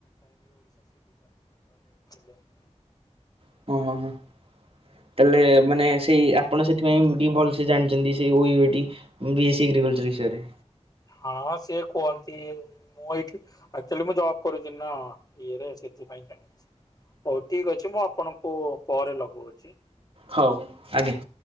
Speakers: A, on the left; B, on the right.
A: <unintelligible> <unintelligible>
B: <unintelligible> ତାଲେ ମାନେ ସେଇ ଆପଣ ସେଥିପାଇଁ ଟିକେ ଭଲସେ ଜାଣିଚନ୍ତି ସେ <unintelligible> ବି ଏସ୍ ସି ଏଗ୍ରିକଲଚର ବିଷୟରେ।
A: ହଁ ସେ କୁଅନ୍ତି। ମୁଁ ଏଇଠି ଆକ୍ଚୁଆଲି ମୁଁ ଜବ୍ କରୁଚି ନା ଇଏରେ ସେଥିପାଇଁ ଜାଣିଚି। ହୋଉ ଠିକ ଅଛି ମୁଁ ଆପଣଙ୍କୁ ପରେ ଲଗଉଚି।
B: ହଉ ଆଜ୍ଞା।